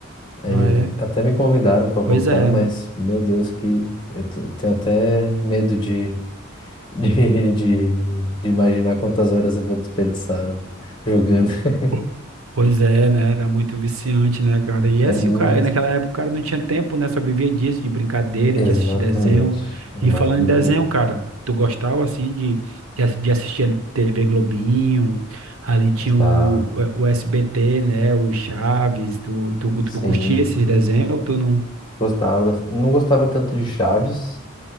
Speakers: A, on the left (about 20°); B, on the right (about 85°).
A: Aí,
B: ah é.
A: até me convidaram para voltar,
B: Pois é.
A: mas meu Deus, que eu te- tenho até medo de, <laughs> de, de, de imaginar quantas horas eu vou desperdiçar, né, jogando. <laughs>
B: Po- Pois é, né? Era muito viciante, né, cara? E
A: É
B: assim,
A: muito.
B: o cara, naquela época o cara não tinha tempo, né? Só vivia disso, de brincadeira,
A: Exatamente.
B: de assistir desenho.
A: Era
B: E
A: uma
B: falando
A: época
B: em
A: muito
B: desenho,
A: boa.
B: cara, tu gostava, assim, de, de, assi- de assistir ali TV Globinho, ali tinha
A: Gostava,
B: o, o SBT, né? O Chaves, tu, tu,
A: sim,
B: tu curtia esses desenhos ou tu não?
A: gostava. gos- Não gostava tanto de Chaves,